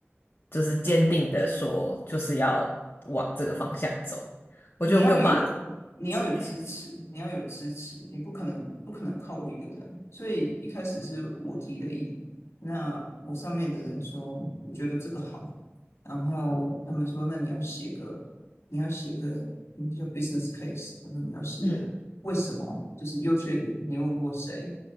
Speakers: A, on the left; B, on the left.
A: 就是坚定的说，就是要往这个方向走。我觉得我没有办法做
B: 你要有，你要有支持，
A: 起，
B: 你要有支持，你不可能不可能靠我一个人。所以一开始是我提的议，那我上面的人说，我觉得这个好，然后他们说，那你要写个，你要写个，嗯，叫 business case，他说你要写为什么，
A: 嗯
B: 就是优缺点，你问过谁？